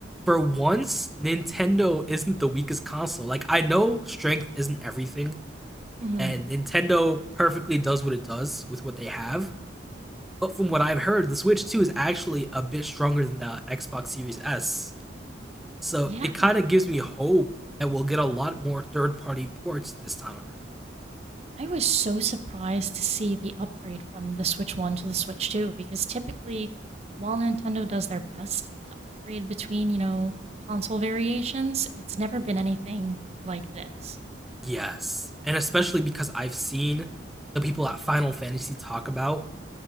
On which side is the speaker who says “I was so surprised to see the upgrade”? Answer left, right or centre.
Right